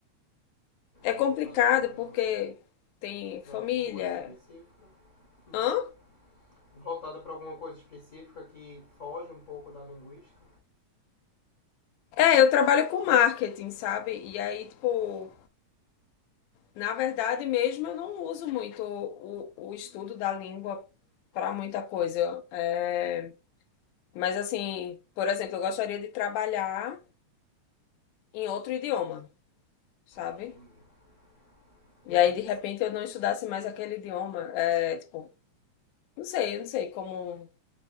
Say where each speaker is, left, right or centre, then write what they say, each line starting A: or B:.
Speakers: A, on the left; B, on the left.
A: É complicado
B: Voltada para uma
A: porque tem família.
B: para alguma coisa específica. Uhum.
A: Hã?
B: Voltada para alguma coisa específica que foge um pouco da linguística.
A: É, eu trabalho com marketing, sabe? E aí, tipo, na verdade mesmo eu não uso muito o, o estudo da língua para muita coisa. É, mas assim, por exemplo, eu gostaria de trabalhar em outro idioma, sabe?
B: Entendi. Entendi.
A: E aí, de repente,
B: S-
A: eu não estudasse mais aquele idioma. É, tipo, não sei, eu não sei como